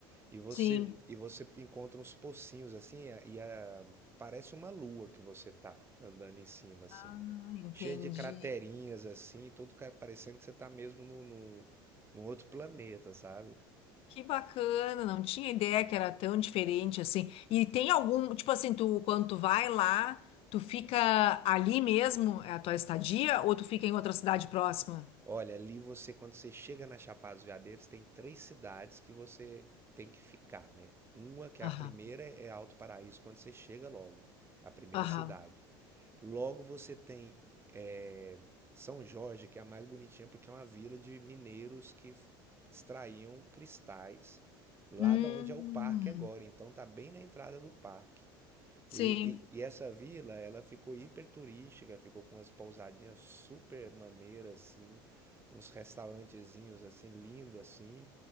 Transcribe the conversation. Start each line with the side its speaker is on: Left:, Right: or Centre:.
Right: E você,
Left: sim.
Right: e você encontra uns pocinhos assim, e a, e a- parece uma lua que você tá andando em cima, assim.
Left: Ah, entendi.
Right: Cheia de craterinhas, assim, todo ca- parecendo que você tá mesmo num, num, num outro planeta, sabe?
Left: Que bacana, não tinha ideia que era tão diferente assim. E tem algum, tipo assim, tu quando tu vai lá, tu fica ali mesmo, é a tua estadia, ou tu fica em outra cidade próxima?
Right: Olha, ali você, quando você chega na Chapada dos Veadeiros, tem três cidades que você tem que ficar, né? Uma, que
Left: Aham,
Right: é a primeira, é Alto Paraíso, quando você chega logo, a primeira
Left: aham.
Right: cidade. Logo você tem eh, São Jorge, que é a mais bonitinha porque é uma vila de mineiros que f- extraíam cristais lá
Left: Hum,
Right: da onde é o parque agora. Então tá bem na entrada do parque.
Left: sim.
Right: E, e- e essa vila, ela ficou hiper turística, ficou com umas pousadinhas super maneiras assim, uns restaurantezinhos assim lindo assim.